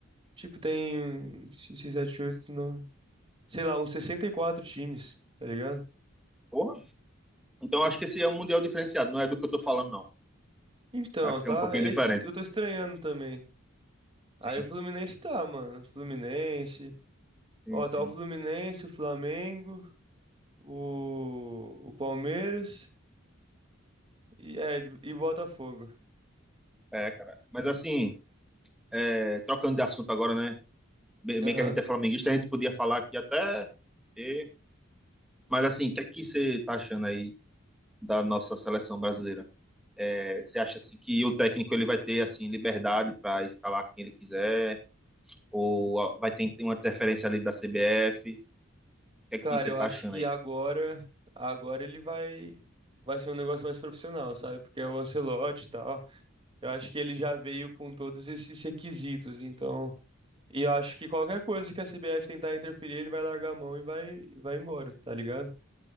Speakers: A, on the right; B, in the centre.
A: Tipo, tem 5, 6, 7, 8, 9. Sei lá, uns 64 times, tá ligado?
B: Porra. Então eu acho que esse é um mundial diferenciado. Não é do que eu tô falando, não.
A: Então,
B: Eu Acho que
A: tá.
B: é um pouquinho
A: É
B: diferente.
A: isso que eu eu tô estranhando também.
B: Sim,
A: Aí o Fluminense tá, mano. Fluminense.
B: sim,
A: Ó,
B: sim.
A: tá o Fluminense, o Flamengo, o, o Palmeiras e, é, e Botafogo.
B: É, cara. Mas assim, é, trocando de assunto agora, né? Bem
A: Aham.
B: bem que a gente é flamenguista, a gente podia falar aqui até. e- Mas assim, o que é que você tá achando aí? da nossa seleção brasileira. É, você acha assim que o técnico ele vai ter assim liberdade para escalar quem ele quiser ou vai ter, ter uma interferência ali da CBF? O que é
A: Cara,
B: que você
A: eu
B: está
A: acho
B: achando
A: que
B: aí?
A: agora. Agora ele vai. Vai ser um negócio mais profissional, sabe? Porque é o Ancelotti e tal. Eu acho que ele já veio com todos esses requisitos, então. E eu acho que qualquer coisa que a CBF tentar interferir, ele vai largar a mão e vai, vai embora, tá ligado?